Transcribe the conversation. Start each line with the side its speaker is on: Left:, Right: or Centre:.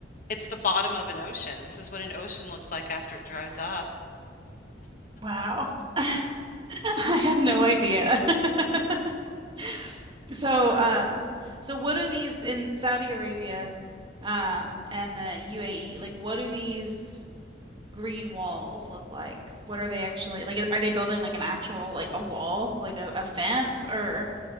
Left: it's the bottom of an ocean. This is what an ocean looks like after it dries up.
Right: Wow. <laughs> I had no idea. <laughs> So, um, so what are these in Saudi Arabia, um, and the UAE? Like, what do these green walls look like? What are they actually like? Are they building like an actual like a wall, like a, a fence, or